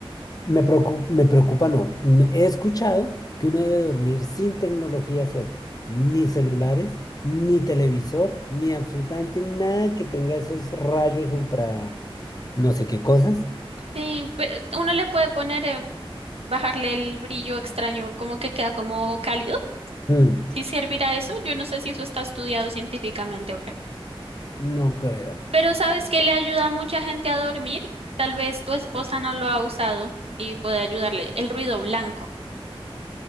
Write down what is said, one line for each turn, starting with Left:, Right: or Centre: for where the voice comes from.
Left: Me preocupa, me preocupa, no. Me- He escuchado que uno debe dormir sin tecnología cerca, ni celulares,
Right: Mm.
Left: ni televisor, ni absolutamente nada que tenga esos rayos ultra, no sé qué cosas.
Right: Sí, pero uno le puede poner, eh, bajarle el brillo extraño, como que queda como cálido.
Left: Mm,
Right: Si servirá eso, yo no sé si eso está estudiado científicamente o qué.
Left: no creo.
Right: Pero ¿sabes qué le ayuda a mucha gente a dormir? Tal vez tu esposa no lo ha usado y puede ayudarle. El ruido blanco.